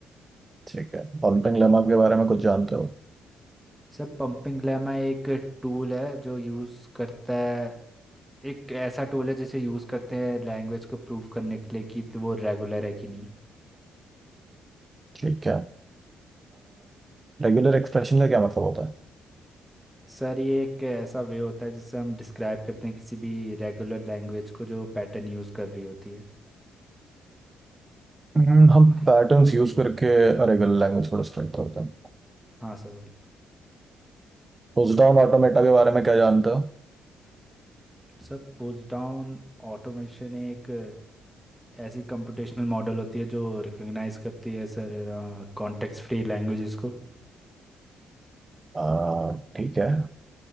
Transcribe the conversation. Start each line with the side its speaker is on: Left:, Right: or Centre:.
Right: ठीक है पॉन्टिंग लेमा के बारे में कुछ जानते हो
Centre: सर पंपिंग ग्लैमा एक टूल है जो यूज़ करता है एक ऐसा टूल है जिसे यूज़ करते हैं लैंग्वेज को प्रूव करने के लिए कि तो वो रेगुलर है कि नहीं
Right: ठीक है रेगुलर एक्सप्रेशन का क्या मतलब होता है
Centre: सर ये एक ऐसा वे होता है जिससे हम डिस्क्राइब करते हैं किसी भी रेगुलर लैंग्वेज को जो पैटर्न यूज़ कर रही होती है
Right: हम्म, हम पैटर्न्स यूज करके रेगुलर लैंग्वेज को डिस्ट्रैक्ट करते हैं
Centre: हाँ सर वही
Right: पुश डाउन ऑटोमेटा के बारे में क्या जानते हो
Centre: सर पुश डाउन ऑटोमेशन एक ऐसी कंप्यूटेशनल मॉडल होती है जो रिकॉग्नाइज करती है सर कॉन्टेक्स्ट फ्री लैंग्वेजेस को
Right: आ, ठीक है